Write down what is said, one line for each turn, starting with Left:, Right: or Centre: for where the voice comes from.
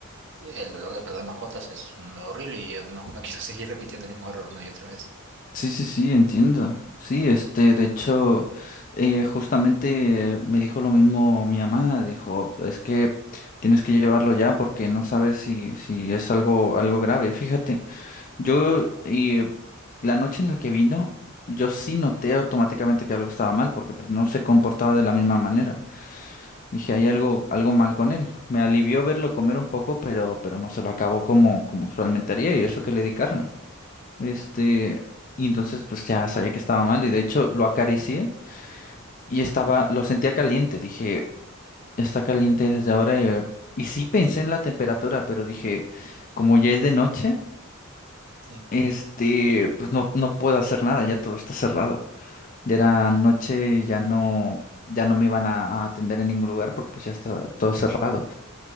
Right: El dolor de perder mascotas es mm, horrible y yo no, no quiero <laughs> seguir repitiendo el mismo error una y otra vez.
Left: Sí, sí, sí, entiendo. Sí, este, de hecho, eh, justamente me dijo lo mismo mi mamá, dijo, es que tienes que llevarlo ya porque no sabes si, si es algo, algo grave. Fíjate, yo eh, la noche en la que vino, yo sí noté automáticamente que algo estaba mal porque pues no se comportaba de la misma manera. Dije, hay algo, algo mal con él. Me alivió verlo comer un poco, pero, pero no se lo acabó como, como usualmente haría y eso que le di carne. Este, y entonces pues ya sabía que estaba mal y de hecho lo acaricié y estaba, lo sentía caliente. Dije, está caliente desde ahora. eh, Y, sí pensé en la temperatura, pero dije, como ya es de noche,
Right: Sí.
Left: este, pues no, no puedo hacer nada, ya todo está cerrado. Ya era noche, ya no, ya no me iban a, a atender en ningún lugar porque pues ya está todo cerrado.